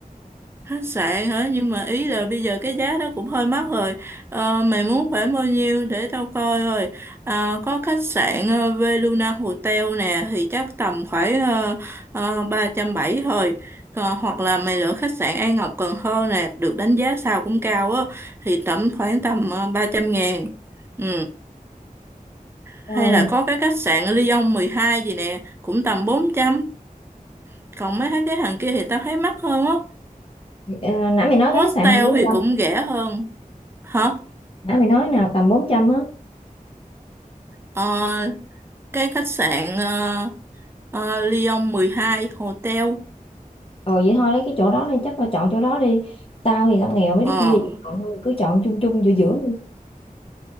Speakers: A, on the right; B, on the left.
A: khách sạn hả nhưng mà ý là bây giờ cái giá đó cũng hơi mắc rồi Ờ, mày muốn khoảng bao nhiêu để tao coi rồi à, có khách sạn ờ, Veluna Hotel nè thì chắc tầm khoảng ờ, ờ, ba trăm bảy thôi Còn, hoặc là mày lựa khách sạn An Ngọc Cần Thơ nè được đánh giá sao cũng cao á thì tầm khoảng tầm ờ, ba trăm ngàn ừ.
B: Rồi,
A: hay là có cái khách sạn Lyon 12 gì nè cũng tầm bốn trăm còn mấy cái hàng kia thì tao thấy mắc hơn á
B: ờ, nãy mày nói
A: Hostel
B: cái khách sạn nào
A: thì
B: trăm,
A: cũng rẻ hơn. Hả?
B: nãy mày nói nào tầm bốn trăm á?
A: Ờ, cái khách sạn ờ, ờ, Lyon 12 Hotel
B: Ờ vậy thôi lấy cái chỗ đó đi chắc là chọn chỗ đó đi tao thì tao nghèo mấy
A: ờ,
B: đứa kia thì chọn thôi, cứ chọn chung chung giữa giữa đi.